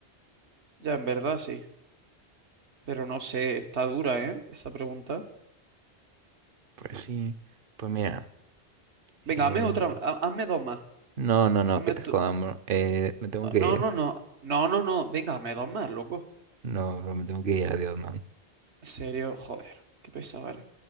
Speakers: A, on the right (about 80°); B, on the right (about 55°).
A: Ya, en verdad sí. Pero no sé, está dura, ¿eh? Esa pregunta.
B: Pues sí. Pues mira,
A: Venga,
B: eh,
A: hazme otra, ha- hazme dos más.
B: no, no, no,
A: Hazme
B: que te
A: tú-
B: jodamos. Eh, me tengo que
A: No,
B: ir.
A: no, no. No, no, no. Venga, hazme dos más, loco.
B: No, bro, me tengo que ir. Adiós, man.
A: En serio, joder. Qué pesado eres.